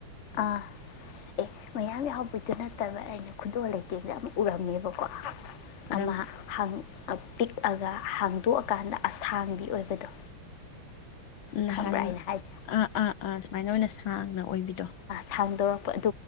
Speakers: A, on the left; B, on the left.
A: ꯑꯥ ꯑꯦ ꯃꯌꯥꯝ ꯌꯥꯎꯕꯩꯗꯨ ꯅꯠꯇꯕ ꯑꯩꯅ ꯈꯨꯗꯣꯜ ꯂꯩꯇꯩꯗ ꯑꯃ ꯎꯔꯝꯃꯦꯕꯀꯣ
B: ꯀꯔꯝꯕ
A: ꯑꯃ ꯍꯪ ꯄꯤꯛꯑꯒ ꯍꯥꯡꯗꯣꯛꯑꯀꯥꯟꯗ ꯑꯁꯥꯡꯕꯤ ꯑꯣꯏꯕꯗꯣ
B: ꯅꯍꯥꯟ
A: ꯈꯪꯕ꯭ꯔꯥ ꯑꯩꯅ ꯍꯥꯏꯁꯦ
B: ꯑ ꯑꯥ ꯁꯨꯃꯥꯏꯅ ꯑꯣꯏꯅ ꯁꯥꯡꯅ ꯑꯣꯏꯕꯤꯗꯣ
A: ꯊꯥꯡꯗꯣꯔꯛꯄ